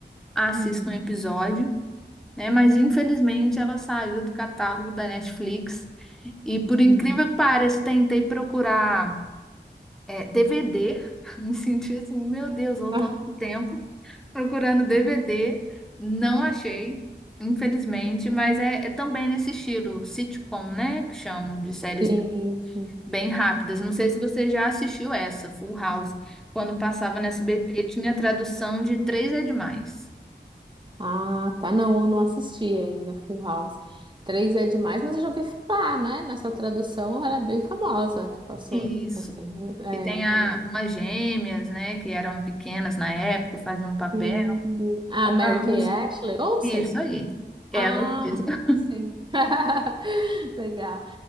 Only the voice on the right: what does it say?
Uhum.
Uhum.
Ah,
Sim, sim.
Ah, tá. Não, eu não assisti ainda Full House. Três é demais, mas eu já ouvi falar, né? Nessa tradução ela é bem famosa que passou.
Assim, é,
é bem.
Sim. Ah, Mary
Kay
Ashley Olsen?
Ah,
sim. <laughs> Legal.